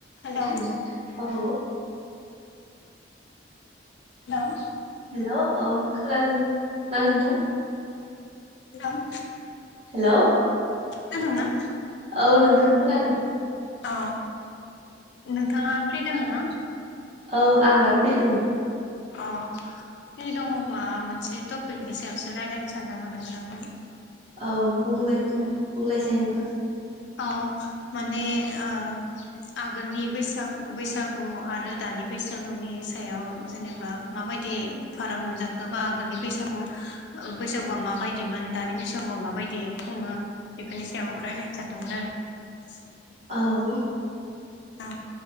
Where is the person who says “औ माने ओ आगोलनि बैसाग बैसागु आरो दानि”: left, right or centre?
Left